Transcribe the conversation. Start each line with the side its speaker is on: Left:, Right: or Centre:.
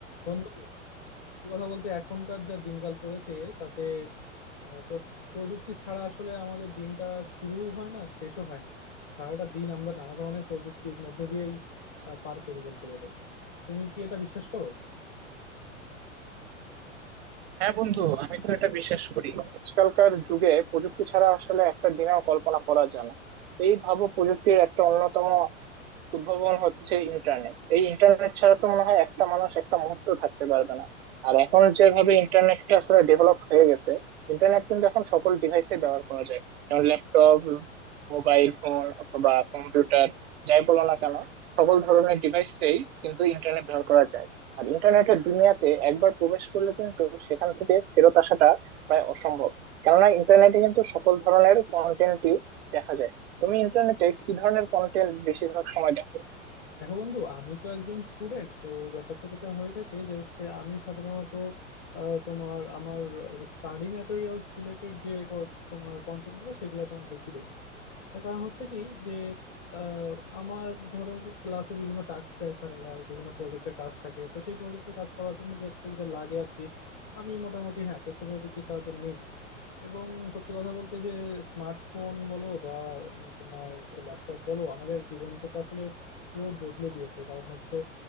Left: বন্ধু সত্যি কথা বলতে এখনকার যা দিনকাল পড়েছে তাতে আহ, তো প্রযুক্তি ছাড়া আসলে আমাদের দিনটা শুরুও হয় না শেষও হয় না সারাটা দিন আমরা নানা ধরনের প্রযুক্তির মধ্য দিয়েই আহ, পার করি বলতে গেলে তুমি কি এটা বিশ্বাস করো
Right: হ্যাঁ বন্ধু আমি তো এটা বিশ্বাস করি আজকালকার যুগে প্রযুক্তি ছাড়া আসলে একটা দিনেও কল্পনা করা যায় না এই ভাবো প্রযুক্তির একটা অন্যতম উদ্ভাবন হচ্ছে ইন্টারনেট এই ইন্টারনেট ছাড়া তো মনে হয় একটা মানুষ একটা মুহূর্ত থাকতে পারবে না আর এখন যেভাবে ইন্টারনেটটা আসলে ডেভেলপ হয়ে গেছে ইন্টারনেট কিন্তু এখন সকল ডিভাইসে ব্যবহার করা যায় যেমন ল্যাপটপ মোবাইল ফোন অথবা কম্পিউটার যাই বলো না কেন সকল ধরনের ডিভাইসেই কিন্তু ইন্টারনেট ব্যবহার করা যায় আর ইন্টারনেটের দুনিয়াতে একবার প্রবেশ করলে কিন্তু সেখান থেকে ফেরত আসাটা প্রায় অসম্ভব কেননা ইন্টারনেটে কিন্তু সকল ধরনের কন্টেন্টই দেখা যায় তুমি ইন্টারনেটে কি ধরনের কন্টেন্ট বেশিরভাগ সময় দেখো
Left: দেখো বন্ধু আমি তো একজন স্টুডেন্ট তো ব্যাপারটা যেটা হয়ে থাকে যে হচ্ছে আমি সাধারণত আহ, তোমার আমার স্টাডি ম্যাটেরিয়ালস রিলেটেড যে ক- তোমার কন্টেন্ট গুলো সেগুলো তোমার বেশি দেখি তার কারণ হচ্ছে কি যে আহ, আমার ধরো ক্লাসে বিভিন্ন টাস্ক দেয় স্যারেরা বিভিন্ন প্রজেক্টের কাজ থাকে তো সেই প্রজেক্টের কাজ করার জন্য যতটুকু যা লাগে আর কি আমি মোটামুটি হ্যাঁ তথ্য প্রযুক্তির সাহায্য নেই এবং সত্যি কথা বলতে যে স্মার্টফোন বলো বা আহ, তোমার ল্যাপটপ বলো আমাদের জীবনকে তো আসলে পুরো বদলে দিয়েছে কারণ হচ্ছে